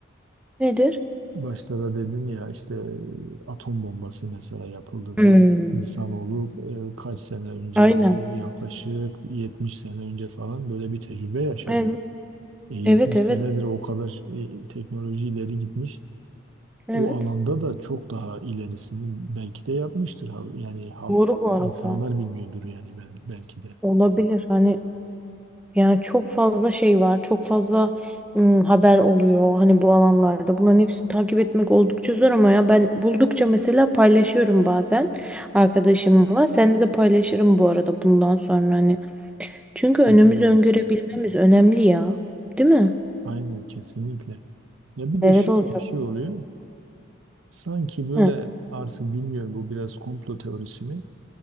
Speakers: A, in the centre; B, on the right (about 80°).
A: Nedir?
B: Başta da dedin ya işte e, atom bombası mesela yapıldı.
A: Hmm.
B: Bu in- insanoğlu e, kaç sene önce
A: Aynen.
B: oluyor? Yaklaşık 70 sene önce falan böyle bir tecrübe yaşadı.
A: Evet.
B: E, 70
A: Evet evet.
B: senedir o kadar e, teknoloji ileri gitmiş.
A: Evet.
B: O alanda da çok daha ilerisini belki de yapmıştır. ha- Yani halk,
A: Doğru bu arada.
B: insanlar bilmiyordur yani ben, belki de.
A: Olabilir. Hani Yani çok fazla şey var, çok fazla ım, haber oluyor hani bu alanlarda. Bunların hepsini takip etmek oldukça zor ama ya ben buldukça mesela paylaşıyorum bazen arkadaşımla. Seninle de paylaşırım bu arada bundan sonra hani. Çünkü önümüzü
B: Çok iyi olur.
A: öngörebilmemiz önemli ya. Değil mi?
B: Aynen kesinlikle. Ya bir de
A: Neler
B: şöyle
A: olacak?
B: bir şey oluyor. Sanki böyle
A: Hı.
B: artık bilmiyorum bu biraz komplo teorisi mi?